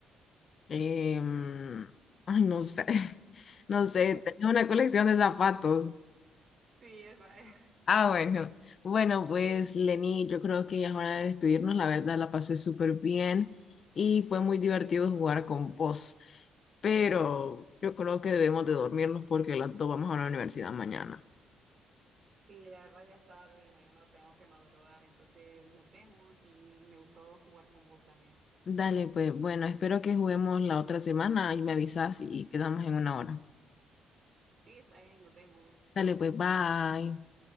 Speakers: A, on the left; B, on the right.
A: em, ay, no sé, <laughs> no sé,
B: <laughs>
A: tenía una colección de zapatos.
B: Sí, esa es.
A: Ah, bueno. Bueno, pues Lenny, yo creo que ya es hora de despedirnos. La verdad, la pasé súper bien y fue muy divertido jugar con vos. Pero yo creo que debemos de dormirnos porque las dos vamos a la universidad mañana.
B: Sí, la verdad ya es tarde y mañana tenemos que madrugar, entonces nos vemos y me gustó jugar con vos también.
A: Dale, pues bueno, espero que juguemos la otra semana y me avisas y quedamos en una hora.
B: Sí, está bien, nos vemos.
A: Dale, pues bye.